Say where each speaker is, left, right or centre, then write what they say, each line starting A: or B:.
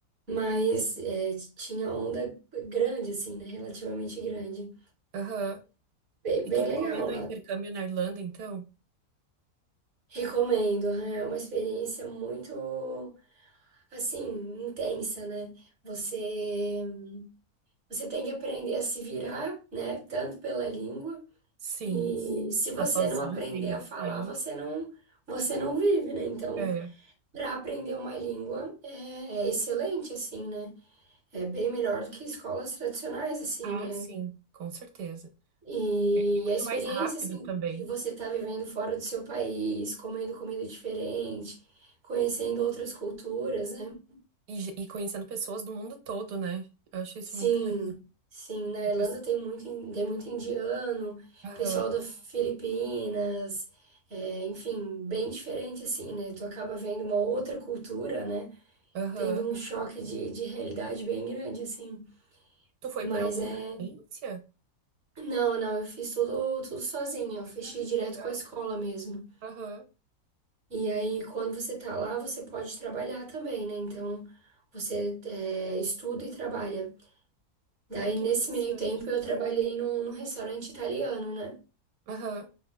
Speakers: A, on the right (about 55°); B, on the right (about 80°).
A: Mas é, tinha onda grande, assim, né? Relativamente grande.
B: Aham.
A: Bem,
B: E
A: bem
B: tu recomenda
A: legal lá.
B: o intercâmbio na Irlanda, então?
A: Recomendo, é uma experiência muito, assim, intensa, né? Você, você tem que aprender a se virar, né? Tanto pela língua,
B: Sim.
A: e se você
B: Tá sozinha
A: não aprender
B: em
A: a
B: outro
A: falar,
B: país?
A: você não, você não vive, né? Então.
B: É.
A: Para aprender uma língua é, é excelente, assim, né? É bem melhor do que escolas tradicionais, assim,
B: Ah,
A: né?
B: sim, com certeza.
A: E,
B: É, E muito
A: e a experiência,
B: mais rápido
A: assim,
B: também.
A: de você estar vivendo fora do seu país, comendo comida diferente, conhecendo outras culturas, né?
B: E, ge- e conhecendo pessoas do mundo todo, né? Eu acho isso
A: Sim,
B: muito legal.
A: sim, na
B: Depois.
A: Irlanda tem muito, in- tem muito indiano,
B: Aham,
A: pessoal da Filipinas, é, enfim, bem diferente, assim, né? Tu acaba vendo uma outra cultura, né?
B: aham.
A: Tendo um choque de, de realidade bem grande, assim.
B: Tu foi
A: Mas
B: por alguma
A: é.
B: experiência?
A: Não, não, eu fiz tudo, tudo sozinha. Eu fechei
B: Ah,
A: direto
B: que legal.
A: com a escola mesmo.
B: Aham.
A: E aí, quando você tá lá, você pode trabalhar também, né? Então, você é, estuda e trabalha. Daí,
B: Ah, que
A: nesse
B: interessante.
A: meio tempo, eu trabalhei num, num restaurante italiano, né?
B: Aham.